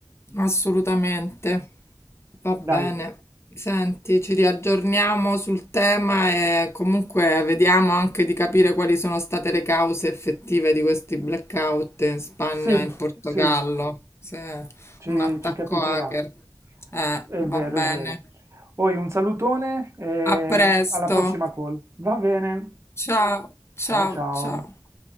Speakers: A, on the left; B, on the right.
A: Assolutamente. Va bene.
B: Dai.
A: Senti, ci riaggiorniamo sul tema e comunque vediamo anche di capire quali sono state le cause effettive di questi blackout in Spagna
B: Sì,
A: e in Portogallo.
B: sì.
A: Se è
B: ci,
A: un attacco
B: ci capiterà.
A: hacker. Eh,
B: È
A: va
B: vero,
A: bene.
B: è vero. Poi un salutone e
A: A presto.
B: alla prossima call. Va bene.
A: Ciao, ciao,
B: Ciao ciao.
A: ciao.